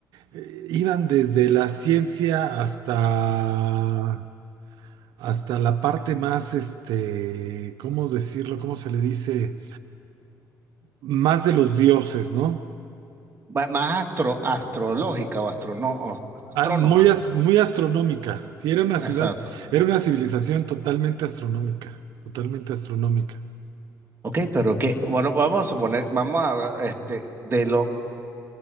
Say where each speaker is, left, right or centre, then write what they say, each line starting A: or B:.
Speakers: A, on the right (about 80°); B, on the right (about 35°).
A: eh, iban desde la ciencia hasta, hasta la parte más, este, ¿cómo decirlo? ¿Cómo se le dice? Más de los dioses, ¿no?
B: Va- Más astro, astrológica o astrono, o astrónoma.
A: Ah, Muy, as- muy astronómica, sí, era una ciudad,
B: Exacto.
A: era una civilización totalmente astronómica, totalmente astronómica.
B: Ok, pero que, bueno, vamos a suponer, vamos a hablar, este, de lo,